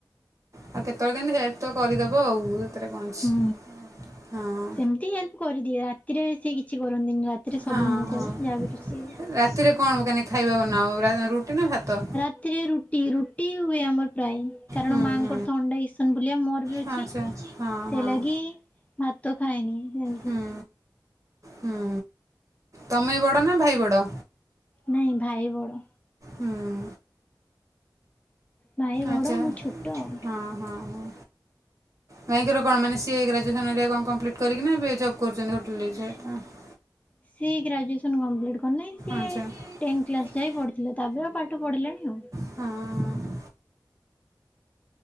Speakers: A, on the right; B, on the left.
A: ଆଉ କେତେବେଳେ କେମିତି ହେଲ୍ପ ତ କରିଦେବ ଆଉ ସେଥିରେ କଣ ଅଛି।
B: ହୁଁ।
A: ହଁ।
B: ସେମିତି ହେଲ୍ପ କରିଦିଏ, ରାତିରେ ସେଏ କିଛି କରନ୍ତିନି, ରାତିରେ
A: ହଁ
B: ସବୁ ମୁଁ
A: ହଁ
B: କରେ ଯାହା ବିି ରୋଷେଇ।
A: ରାତିରେ କଣ <unintelligible> ଖାଇବା ବନାଅ ରୁଟି ନା ଭାତ?
B: ରାତିରେ ରୁଟି ରୁଟି ହୁଏ ଆମର ପ୍ରାୟ, କାରଣ
A: ହୁଁ
B: ମାଆଙ୍କର
A: ହୁଁ।
B: ଥଣ୍ଡା ଇସନ ଫୁଲିଆ ମୋର ଅଛି
A: ହଁ ଆଚ୍ଛା ହଁ
B: ସେ
A: ହଁ।
B: ଲଗି ଭାତ ଖାଏନି, ସେମିତି
A: ହୁଁ ହୁଁ ତମେ ବଡ଼ ନା ଭାଇ ବଡ଼?
B: ନାଇଁ ଭାଇ ବଡ଼।
A: ହୁଁ।
B: ଭାଇ ବଡ଼
A: ଆଚା
B: ମୁଁ ଛୋଟ ଆଉ
A: ହଁ ହଁ ହଁ। ଭାଇଙ୍କର କଣ ମାନେ ସିଏ ଗ୍ରାଜୁଏସନ ହେରିକା କଣ କମ୍ପ୍ଲିଟ୍ କରିକିନା ଏ ଜବ୍ କରୁଛନ୍ତି ହୋଟେଲ? <unintelligible>
B: ସେଇ ଗ୍ରାଜୁଏସନ କମ୍ପ୍ଲିଟ ନା ନାଇଁ ସିଏ
A: ଆଚ୍ଛା କରିକି
B: ଟେନ କ୍ଲାସ ଯାଏ
A: ଟେନ୍ଥ
B: ପଢିଥିଲା, ତାପରେ ଆଉ ପାଠ ପଢିଲାନି ଆଉ।
A: ହଁ ହଁ।